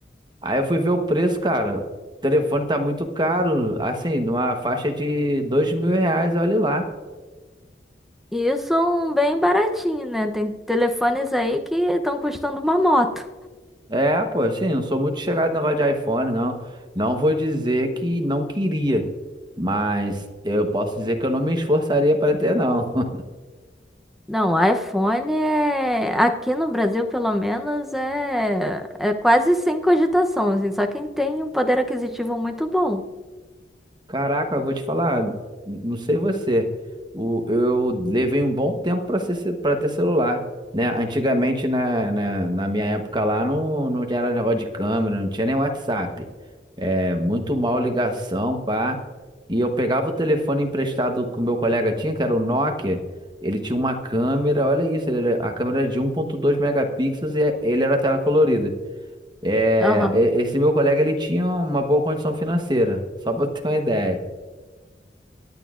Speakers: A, on the right; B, in the centre.
A: Aí eu fui ver o preço, cara. O telefone tá muito caro, assim, numa faixa de dois mil reais, olha lá.
B: E isso é um bem baratinho, né? Tem telefones aí que estão custando uma moto.
A: É, pô, assim, não sou muito chegado no negócio de iPhone, não. Não vou dizer que não queria, mas eu posso dizer que eu não me esforçaria para ter, não. <laughs>
B: Não, iPhone é, aqui no Brasil, pelo menos, é, é quase sem cogitação, assim, só quem tem um poder aquisitivo muito bom.
A: Caraca, eu vou te falar, n- não sei você, o, eu levei um bom tempo para ser, para ter celular, né? Antigamente, na, na, na minha época lá, não, não era negócio de câmera, não tinha nem WhatsApp. É, muito mal ligação, pá. E eu pegava o telefone emprestado que o meu colega tinha, que era o Nokia, ele tinha uma câmera, olha isso, ele, era- a câmera era de 1.2 megapixels e é- ele era tela colorida. É,
B: Aham.
A: e- esse meu colega, ele tinha uma boa condição financeira, <laughs> só para ter uma ideia.